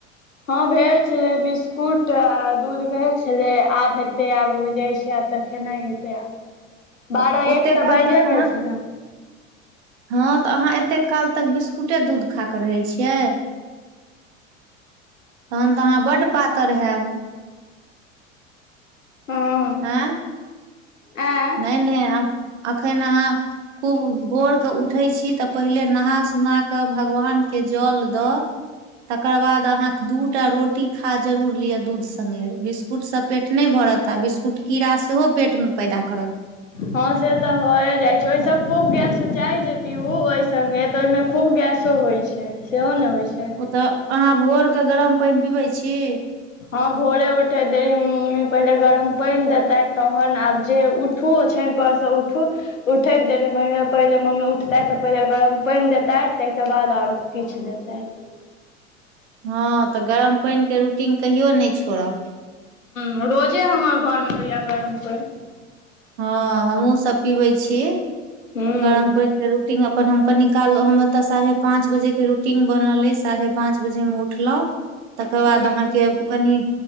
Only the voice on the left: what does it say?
हँ, भेल छलै बिस्कुट आ दूध भेल छलै, आब हेतै आब जाइत छै, आब तऽ खेनाइ हेतै आब बारह
एक तऽ
बाजे
गेल छै ने।
हँ
आँ
हँ से तऽ होय जाइ छैय ओहिस खूब गैस उचाई जे पीऊ ओहि संगगे तऽ ओहिं खूब गैस सो होइत छैय सेहो नहि होइ छैय।
हँ भोरे उठे देेली मम्मी पहिले गरम पानि देताे तहन आब जे उठूओ छानि परसँ उठू। उठैत देरी महीने पहिले मम्मी उठतै तऽ पहिले गरम पानि देतै ताहिके बाद आओर किछु देतथि।
ह रोजे हमर घर मे होइय गरम पानी।
हूँ
हूँ